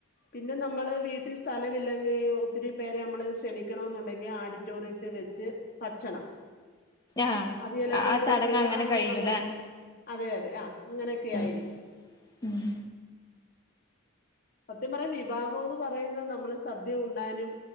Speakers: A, on the left; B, on the left.
A: പിന്നെ നമ്മള് വീട്ടിൽ സ്ഥലമ ഇില്ലെങ്കിൽ ഒത്തിരിയും പേരെ നമ്മള് ക്ഷണിക്കണ എന്നുണ്ടെങ്കിൽ ആഡിറ്റോറിയത്തിൽ വെച്ച് ഭക്ഷണം
B: ആഹ്
A: അത് ചിലപ്പോം
B: ആ
A: ബൊഫയോ
B: ചടങ്ങ് അങ്ങനെ
A: അങ്ങനെയുള്ള
B: കഴിയൂല്ലേ
A: അതെ അതെ ആ അങ്ങനെയൊക്കെ
B: ഉം
A: ആയിരിക്കും
B: ഉം
A: സത്യം പറയാ വിവാഹം എന്ന് പറയുന്നത് നമ്മള് സദ്യ ഉണാനും